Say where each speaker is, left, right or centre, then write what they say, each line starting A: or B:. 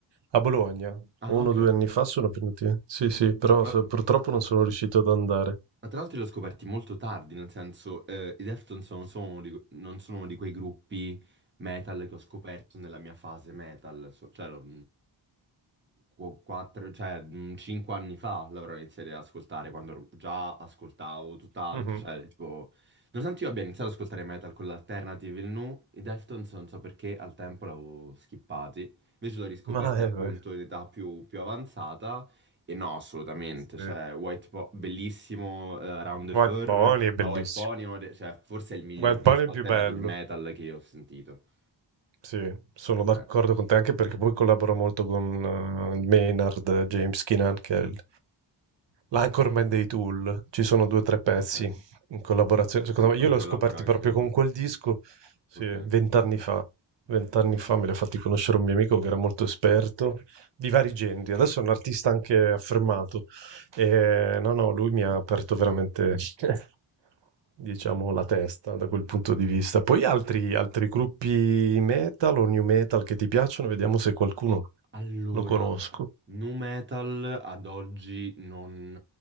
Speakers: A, on the right; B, on the right.
A: a Bologna.
B: Ah,
A: Uno
B: ok.
A: o due
B: Eh.
A: anni fa sono venuti. Sì, sì, però
B: Ma
A: so- purtroppo
B: t-
A: non sono riuscito ad andare.
B: Ma tra l'altro li ho scoperti molto tardi, nel senso, eh, i Deftones non sono, uno di, non sono uno di quei gruppi metal che ho scoperto nella mia fase metal, so- cioè, lo- qu- quattro, cioè, mh, cinque anni fa l'avrò iniziato ad ascoltare, quando ero- già ascoltavo tutt'altro,
A: Mhm.
B: cioè, tipo... Nonostante io abbia iniziato ad ascoltare metal con l'alternative e il nu, i Deftones non so perché al tempo l'avevo skippati, invece l'ho riscoperti
A: Ma
B: appunto
A: eh, beh,
B: in età più, più avanzata e no, assolutamente,
A: sì.
B: cioè, White Po- bellissimo, eh, Round the
A: White
B: Fur,
A: Pony è bellissimo.
B: ma White Pony, è uno de- cioè, forse è il miglior
A: White
B: disco
A: Pony è il più
B: alternative
A: bello.
B: metal che io ho sentito.
A: Sì, sono d'accordo
B: Cioè,
A: con te anche perché poi collaboro molto con eh, Maynard, James Keenan, che è il- l'Anchorman dei Tool. Ci sono due o tre pezzi
B: Ok.
A: in collaborazione. Secondo
B: Co-
A: me,
B: co-
A: io li ho
B: collabora
A: scoperti
B: anche
A: proprio
B: lui.
A: con quel disco, sì,
B: Ok.
A: vent'anni fa. Vent'anni fa me li ha fatti conoscere un mio amico che era molto esperto di vari
B: Mhm.
A: generi. Adesso è un artista anche affermato. E, no, no, lui mi ha aperto veramente <laughs> diciamo, la testa da quel punto di vista. Poi altri, altri gruppi metal o new metal che ti piacciono, vediamo se qualcuno
B: allora,
A: lo conosco.
B: nu metal ad oggi non,